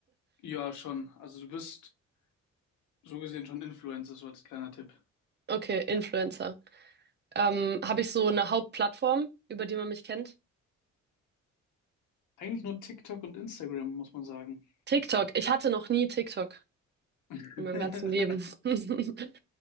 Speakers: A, on the left (about 75°); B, on the right (about 35°).
A: ja, schon. Also, du bist so gesehen schon Influencer, so als kleiner Tipp.
B: Okay, Influencer. Ähm, habe ich so eine Hauptplattform, über die man mich kennt?
A: Eigentlich nur TikTok und Instagram, muss man sagen.
B: TikTok. Ich hatte noch nie TikTok
A: <laughs>
B: in meinem ganzen Leben. <laughs>